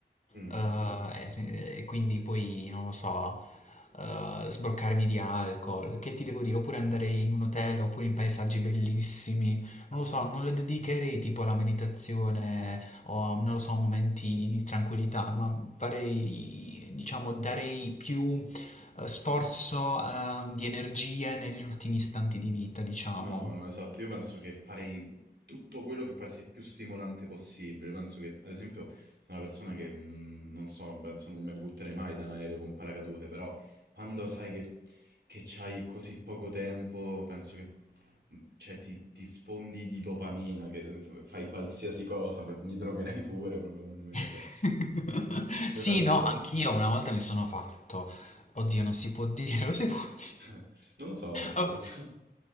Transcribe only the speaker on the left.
Eh, e, e quindi poi, non lo so, eh, sbroccarmi di alcol, che ti devo dire? Oppure andare in un hotel, oppure in paesaggi bellissimi. Non lo so, non le dedicherei tipo alla meditazione o, non lo so, momenti di tranquillità, ma Farei, diciamo, darei più eh, sforzo, ehm, di energie negli ultimi istanti di vita, diciamo.
<laughs>
Sì,
no, anch'io una volta mi sono fatto. Oddio, non si può dire, <laughs> lo si può dire.
Oh.